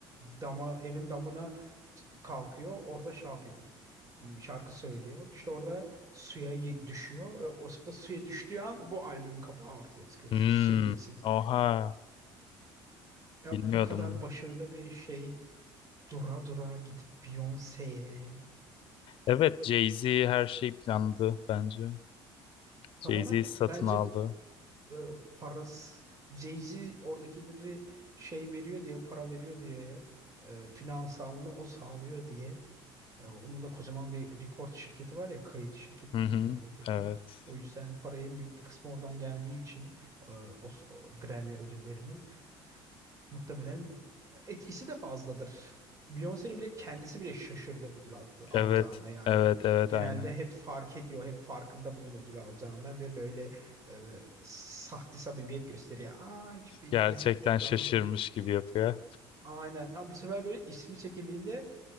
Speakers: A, on the right (about 30°); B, on the left (about 55°).
A: dama evin damına kalkıyor. Orada şey yapıyor. m, Şarkı söylüyor. İşte orada suya y- düşüyor. Ve o sırada suya düştüğü an bu albümün kapağı ortaya çıkıyor
B: Hmm,
A: işte suyun içinde.
B: oha.
A: Ya
B: Bilmiyordum
A: bu kadar
B: bunu.
A: başarılı bir şey dura dura gidip Beyoncé'ye
B: Evet, Jay-Z her şeyi planladı bence. Jay-Z
A: tamamen
B: satın
A: bence
B: aldı.
A: e, parası Jay-Z oradakileri şey veriyor diye para veriyor diye e, finansalını o sağlıyor diye E, onun da kocaman bir record şirketi var ya kayıt şirketi
B: Hı
A: mi
B: hı.
A: deniyor ne deniyor.
B: Evet.
A: O yüzden parayın büyük bir kısmı oradan geldiği için e, o, o Grammy ödüllerini muhtemelen etkisi de fazladır. Beyoncé'nin bile kendisi bile şaşırdı ödül attı, alacağına
B: Evet.
A: yani.
B: Evet, evet
A: Genelde
B: aynen.
A: hep fark ediyor, hep farkında bugün ödül alacağından ve böyle e, sahte samimiyet gösteriyor. Aa hiç bilmiyordum.
B: Gerçekten şaşırmış gibi yapıyor.
A: Aynen ama bu sefer böyle ismi çekildiğinde